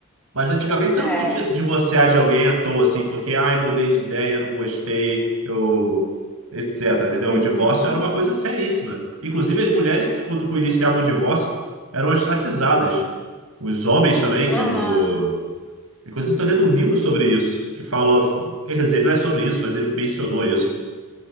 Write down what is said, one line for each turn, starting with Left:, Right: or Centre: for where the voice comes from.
Right: Mas antigamente você
Centre: É.
Right: não podia se divorciar de alguém à toa, assim, porque, ai, mudei de ideia, não gostei, eu, etc, entendeu?
Centre: Uhum.
Right: O divórcio era uma coisa seríssima. Inclusive as mulheres, quando iniciavam o divórcio, eram ostracizadas. Os homens também,
Centre: Aham.
Right: quando... Inclusive estou lendo um livro sobre isso, que fala... Quer dizer, não é sobre isso, mas ele mencionou isso